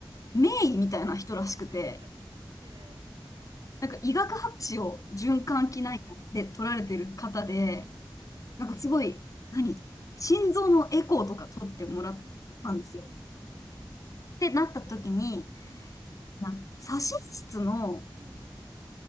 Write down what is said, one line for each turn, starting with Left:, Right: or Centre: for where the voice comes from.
Left: 名医みたいな人らしくて、
Right: <laughs> へえ
Left: なんか医学博士を循環器内科で取られてる方で、
Right: うんうんうんうん
Left: なんかすごい、何心臓のエコーとか取ってもらったんですよ。
Right: うんうんうん
Left: ってなった時に、
Right: うん
Left: な、左心室の、
Right: うん